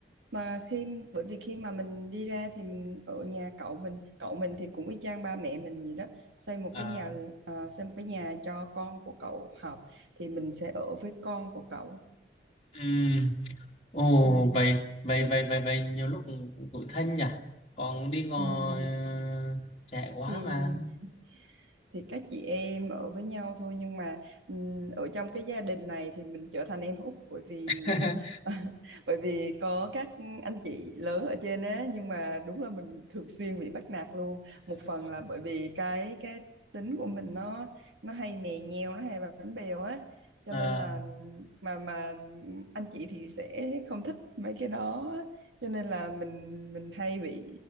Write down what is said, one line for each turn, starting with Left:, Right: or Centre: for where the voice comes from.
Right: mà khi bởi vì khi mà mình đi ra thì mình ở nhà cậu mình cậu mình thì cũng y chang ba mẹ mình gì đó xây một
Left: À,
Right: cái nhà ờ, xây một cái nhà cho con của cậu học thì mình sẽ ở với con của cậu
Left: ừm. Ồ,
Right: ừ,
Left: vậy, vậy,
Right: chắc
Left: vậy, vậy, vậy, nhiều lúc cũng cũng tủi thân nhỉ. Còn đi còn
Right: ừ,
Left: ờ, trẻ quá
Right: thì
Left: mà.
Right: thì các chị em ở với nhau thôi nhưng mà ừm, ở trong cái gia đình này thì mình trở thành em út bởi vì
Left: <laughs>
Right: <laughs> bởi vì có các anh chị lớn ở trên á nhưng mà đúng là mình thường xuyên bị bắt nạt luôn một phần là bởi vì cái cái tính của mình nó nó hay mè nheo nó hay bánh bèo á cho
Left: à.
Right: nên là mà mà anh chị thì sẽ không thích mấy cái đó cho nên là mình mình hay bị